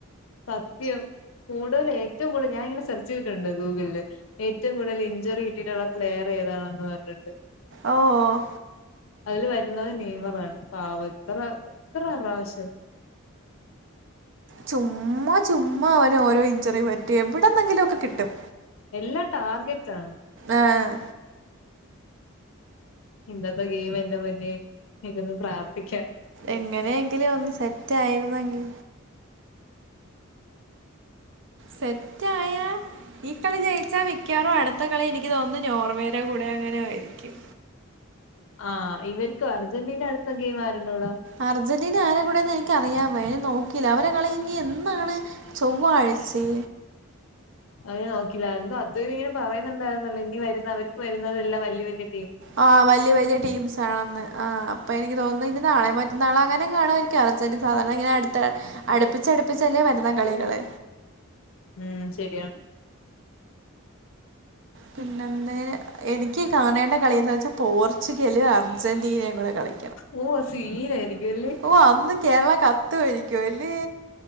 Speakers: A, on the left; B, on the right.
A: സത്യം, കൂടുതൽ ഏറ്റവും കൂടുതൽ ഞാനിങ്ങനെ സെർച്ച് ചെയ്തിട്ടുണ്ട് ഗൂഗിളില് ഏറ്റവും കൂടുതൽ ഇഞ്ചുറി കിട്ടിയിട്ടുള്ള പ്ലെയർ ഏതാണെന്ന് പറഞ്ഞിട്ട്
B: ഓഹ് ഓഹ്
A: അതിൽ വരുന്നത് നെയ്മറാണ് പാവം എത്ര എത്ര പ്രാവശ്യം
B: ചുമ്മാ ചുമ്മാ അവനോരോ ഇഞ്ചുറി പറ്റി എവിടെന്നെങ്കിലൊക്കെ കിട്ടും
A: എല്ലാം ടാർഗറ്റാണ്
B: ആഹ്
A: ഇന്നത്തെ ഗെയിം എന്റെ പൊന്നേ, ഇരുന്ന് പ്രാർത്ഥിക്കാം
B: എങ്ങനെയെങ്കിലും ഒന്ന് സെറ്റ് ആയിരുന്നെങ്കിൽ സെറ്റായാ ഈ കളി ജയിച്ചാൽ മിക്കവാറും അടുത്ത കളി എനിക്ക് തോന്നുന്നു നോർവേയുടെ കൂടെ എങ്ങാനുമായിരിക്കും
A: ആഹ് ഇവർക്കോ, അർജന്റീന അടുത്ത ഗെയിം ആരുടൂടാ?
B: അർജന്റീന ആരെ കൂടെന്ന് എനിക്കറിയാൻ വയ്യ, ഞാൻ നോക്കിയില്ല, അവരെ കളി ഇനി എന്നാണ് ചൊവ്വാഴ്ചെ
A: അത് പിന്നെ നോക്കിയില്ലാ, എന്തോ അദ്വൈതിങ്ങനെ പറയുന്നുണ്ടായിരുന്നല്ലോ ഇനി വരുന്ന അവർക്ക് വരുന്നതെല്ലാം വല്യ വല്യ
B: ആഹ് വല്യ വല്യ ടീംസ് ആണെന്ന് ആഹ് അപ്പോ എനിക്ക് തോന്നുന്നു ഇനി നാളെ മറ്റന്നാളാ എങ്ങാനും കാണുമായിരിക്കും അർജന്റ് സാധാരണ ഇങ്ങനെ അടുത്ത അടുപ്പിച്ചടുപ്പിച്ചല്ലേ വരുന്ന കളികള്
A: ഉം ശരിയാണ്
B: പിന്നെ എന്തേ എനിക്ക് കാണേണ്ട കളിയെന്ന് വെച്ചാൽ പോർച്ചുഗല് അർജന്റീനയും കൂടെ കളി
A: ഓഹ് അത് സീനായിരിക്കുവല്ലേ
B: ഓഹ് അന്ന് കേരളം കത്തുവായിരിക്കുവല്ലേ